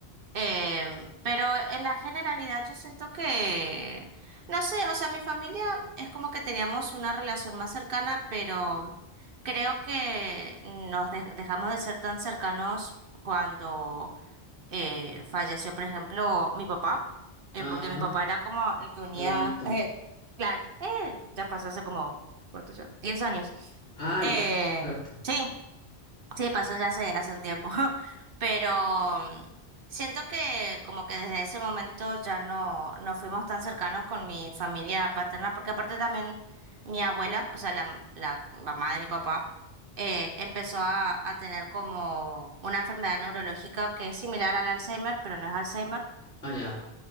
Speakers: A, on the right; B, on the left.
A: Em, pero en la generalidad yo siento que, no sé, o sea, mi familia es como que teníamos una relación más cercana, pero creo que nos dej- dejamos de ser tan cercanos cuando eh, falleció, por ejemplo, mi papá, eh,
B: Ajá,
A: porque mi papá era como el que unía,
B: lo lamento.
A: eh, clan- eh, ya pasó hace como, ¿cuánto ya? diez años.
B: Ah,
A: Eh,
B: ya, cierto.
A: sí. Sí, pasó ya hace, hace un tiempo, <laughs> pero mm, siento que como que desde ese momento ya no, no fuimos tan cercanos con mi familia paterna, porque aparte también mi abuela, o sea, la, la mamá de mi papá, eh, empezó a, a tener como una enfermedad neurológica que es similar al Alzheimer, pero no es Alzheimer.
B: Ah, ya,